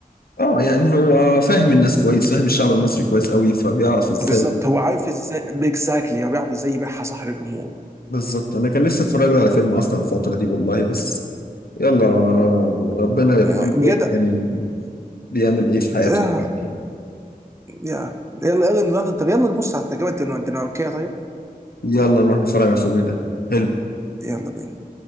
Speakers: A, on the left (about 75°); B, on the right (about 20°).
A: اه يعني هو فاهم الناس كويس فاهم الشعب المصري كويس قوي فبيعرف إزاي
B: بالظبط هو عارف ازاي اكزاكتلي هو بيعرف ازاي يبيعها صح للجمهور
A: بالظبط انا كان نفسي اتفرج له على فيلم اصلا الفتره دي والله بس يلا ربنا يرحمه
B: يعني بجد
A: إيه كان بيعمل ايه في حياته
B: يا
A: دلوقتي
B: يا يلا يلا يلا طب يلا نبص على التجربه الدنماركيه طيب
A: يلا نروح نتفرج على الفيلم ده حلو
B: يلا بينا